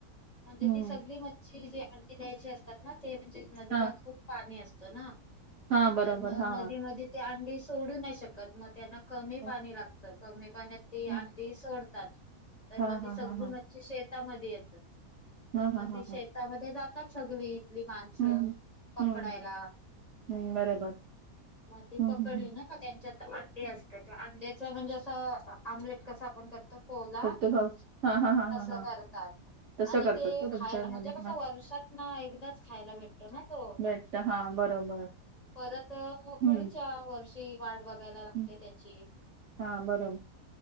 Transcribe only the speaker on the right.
हम्म,
हा
हा बरोबर
हा
हम्म,
हम्म,
हा
हा
हा हा
हा
हा
हा
हा
हम्म, हम्म,
हम्म, हम्म, बरोबर
हम्म,
हम्म, हम्म.
फक्त हा हा हा
हा हा
तसं
करतात
का
तुमच्या मध्ये
हा
भेटतो हा बरोबर.
हम्म
हम्म.
हा बरोबर